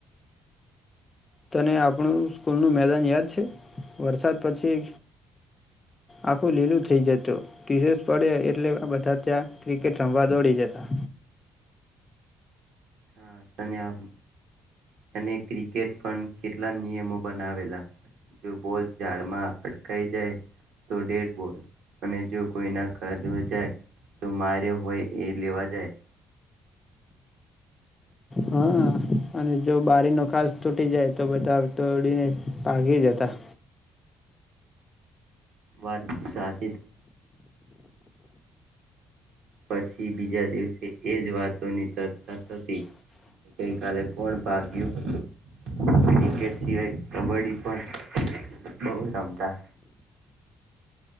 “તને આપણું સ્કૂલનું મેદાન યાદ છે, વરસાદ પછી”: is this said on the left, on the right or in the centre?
Left